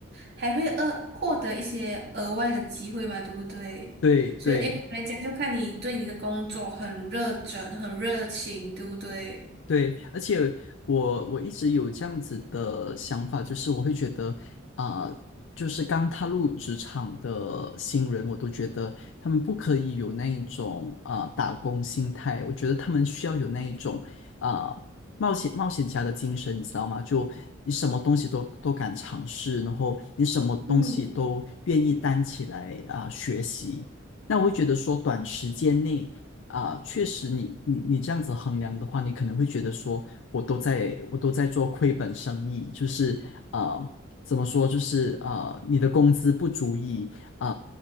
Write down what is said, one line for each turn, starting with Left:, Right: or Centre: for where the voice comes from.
Right: 还会额获得一些额外的机会嘛，对不对？
Left: 对，对。
Right: 就因为人家就看你对你的工作很热忱、很热情，对不对？
Left: 对，而且我我一直有这样子的想法，就是我会觉得啊、就是刚踏入职场的新人，我都觉得他们不可以有那一种啊、打工心态，我觉得他们需要有那一种啊、冒险冒险家的精神，你知道吗？就你什么东西都都敢尝试，然后你什么东西都愿意担起来啊、
Right: 嗯，
Left: 学习。那我会觉得说，短时间内。啊、确实你，你你这样子衡量的话，你可能会觉得说，我都在我都在做亏本生意，就是啊、呃怎么说，就是啊呃，你的工资不足以啊